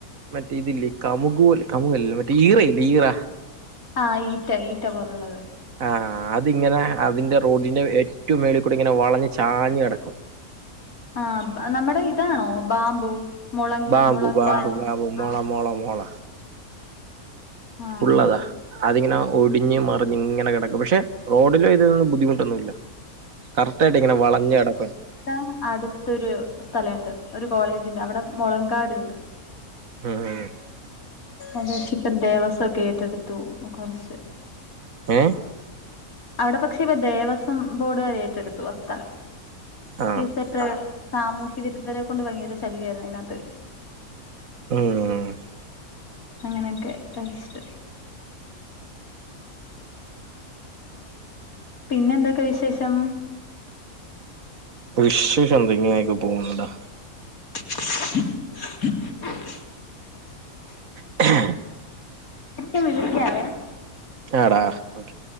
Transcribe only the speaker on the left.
ആഹ് ഈറ്റ ഈറ്റ പോലൊള്ളത്
ആഹ് നമ്മുടെ ഇതാണോ ബാംബൂ മുളങ്‌
മുളങ്
ആഹ്
ആഹ്
ഇവി അടുത്തൊരു സ്ഥലണ്ട് ഒരു കോളേജിന്റെ അവിടം മൊളങ്കാടുണ്ട്
അതേച്ചിപ്പം ദേവസ്വൊക്കെ ഏറ്റെടുത്തു കൊറച്ചെ
അവിടെ പക്ഷേപ്പം ദേവസ്വം ബോർഡുകാരെ ഏറ്റെടുത്തു ആ സ്ഥലം
ഈസറ്റെ സാമൂഹ്യ വിരുദ്ധരെ കൊണ്ട് ഭയങ്കര ശല്യായിരുന്നു അയിനത്ത്
അങ്ങനൊക്കെ ടെസ്റ്റെ പിന്നെന്തൊക്കെയാ വിശേഷം
<inaudible>
ഇപ്പം വിളിക്കാവേ.